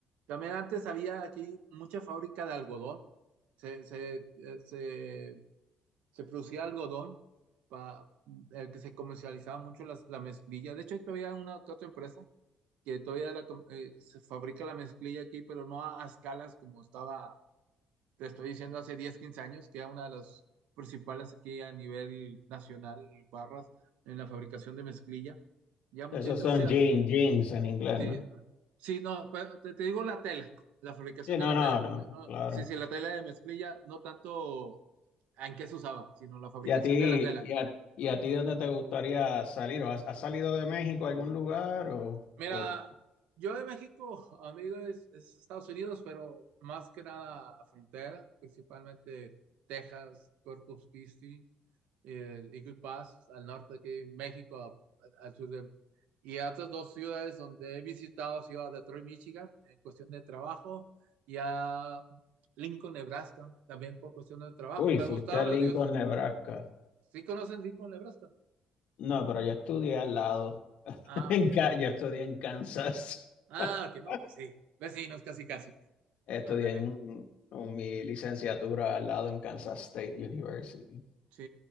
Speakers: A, on the right; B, on the left.
A: También antes había aquí mucha fábrica de algodón, se, se, eh, se se producía algodón, pa- el que se comercializaba mucho las- la, mezclilla. De hecho, hay todavía una que otra empresa que todavía la com- eh, se fabrica la mezclilla aquí, pero no a, a escalas como estaba, te estoy diciendo, hace 10, 15 años, que era una de las principales aquí a nivel nacional, barras, en la fabricación de mezclilla. Ya muchas
B: Esos
A: industrias
B: son jeans, jeans en inglés,
A: Sí,
B: ¿no?
A: sí, no, pero te, te digo la tela, la fabricación
B: Sí,
A: de
B: no,
A: la
B: no,
A: tela.
B: no,
A: No,
B: no,
A: no,
B: claro.
A: sí, sí, la tela de mezclilla, no tanto en qué se usaba, sino la fabricación
B: ¿Y a ti,
A: de la tela.
B: y a, y a ti dónde te gustaría salir? ¿O has, has salido de México a algún lugar? O,
A: Mira,
B: o-
A: yo de México, a donde he ido es, es Estados Unidos, pero más que nada frontera, principalmente Texas, Corpus Christi, el Eagle Pass al norte aquí México, a- a- al sur de... Y a otras dos ciudades donde he visitado, ciudad de Detroit, Michigan, en cuestión de trabajo, y a Lincoln, Nebraska, también por cuestiones de trabajo.
B: uy,
A: Me
B: fuiste
A: gustaban
B: a Lincoln,
A: los dioses.
B: Nebraska.
A: ¿Sí conocen Lincoln, Nebraska?
B: No, pero yo estudié al lado. <laughs>
A: Ah,
B: En,
A: ok.
B: Ca- yo estudié en Kansas.
A: Ah,
B: <laughs>
A: ok, no, pues sí. Vecinos, casi, casi.
B: Estudié
A: Ándale.
B: en, en mi licenciatura al lado en Kansas State University.
A: Sí,